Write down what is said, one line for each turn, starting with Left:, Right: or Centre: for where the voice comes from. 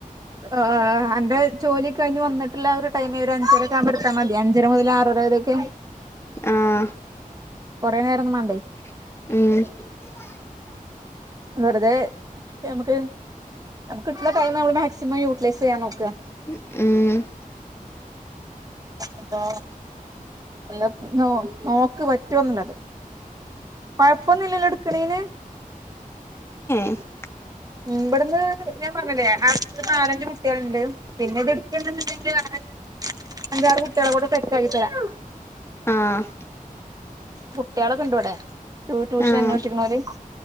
Right: ആ അന്റെ ജോലി കഴിഞ് വന്നിട്ട്- ട്ടുള്ള ഒരു ടൈം ഒരു അഞ്ചരക്ക ആകുമ്പോ എട്ത്താ മതി അഞ്ചര മുതൽ ആറര വരെയൊക്കെ-
Left: ആഹ്
Right: കൊറെ നേരൊന്നും മാണ്ടേ
Left: ഉം
Right: വെറുതെ നമുക്ക് നമക്ക് കിട്ട്ണ ടൈം മാക്സിമം യൂസ്- പൈസ നോക്കുക
Left: ഉം <unintelligible>
Right: അപ്പൊ എന്താ നോ നോക്ക് പറ്റോന്നുള്ളത് കൊഴപ്പൊന്നും ഇല്ലല്ലോ എടുക്കേണന്
Left: <unintelligible>
Right: ഇവുടുന്ന് ഞാൻ പറഞ്ഞില്ലേ അന്ന് നാലഞ്ചു കുട്ടികളോണ്ട് പിന്നെ ഇത് എടുക്കണ്ടുണ്ടെങ്കിൽ ആ- അഞ്ചാറു കുട്ടികളെക്കൂടി സെറ്റ് ആക്കി തരാം
Left: ആഹ്
Right: കുട്ടികളൊക്കെയിണ്ട് ഇവിടെ ട്യൂഷൻ
Left: ആഹ്
Right: അന്വേഷിക്കണ ഓല്